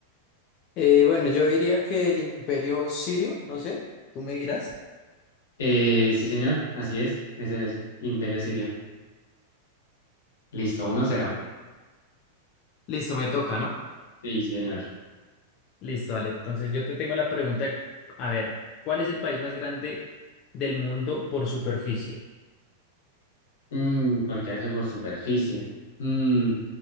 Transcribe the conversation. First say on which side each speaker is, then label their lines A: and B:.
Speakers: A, on the left; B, on the left.
A: Eh, bueno, yo diría que el imperio sirio, no sé, tú me dirás.
B: Eh, sí, señor. Así es. Es el es- imperio asirio. Listo, uno cero.
A: Listo, me toca, ¿no?
B: Sí, sí, señor.
A: Listo, Ale. Entonces yo te tengo la pregunta, a ver, ¿cuál es el país más grande del mundo por superficie?
B: Mm, ¿por qué hace por superficie? Mm,